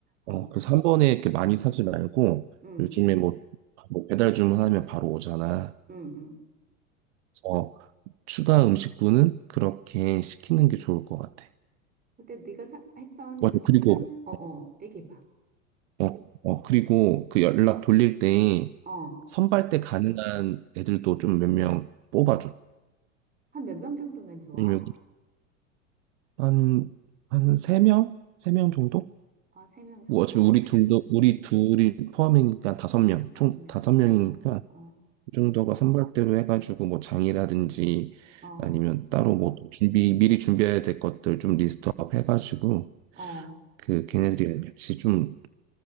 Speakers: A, on the right; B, on the right.
A: 어,
B: 어 그래서 한 번에 이렇게 많이 사지
A: 음,
B: 말고
A: 음,
B: 요즘에 뭐, 뭐 배달 주문하면 바로 오잖아.
A: 음, 음.
B: 어 추가 음식분은 그렇게 시키는 게 좋을 것 같아.
A: 근데 네가 사- 했던
B: 맞아.
A: 그 출장,
B: 그리고
A: 어, 어, 얘기해봐.
B: 어, 어, 그리고 그 연락 돌릴 때
A: 어,
B: 선발 때 가능한 애들도 좀 몇 명 뽑아줘.
A: 한 몇 명 정도면 좋아?
B: 왜냐면 한, 한 세명세 명세 명 정도?
A: 아, 세 명 정도?
B: 뭐 어차피 우리 둘도, 우리 둘이 포함이니까 다섯 명
A: 다섯
B: 총
A: 명?
B: 다섯 명이니까그
A: 어, 어,
B: 정도가 선발대로 해가지고 뭐 장이라든지
A: 어, 어,
B: 아니면 따로 뭐 준비, 미리 준비해야 될 것들 좀 리스트업 해가지고
A: 어.
B: 그 걔네들이랑 같이 좀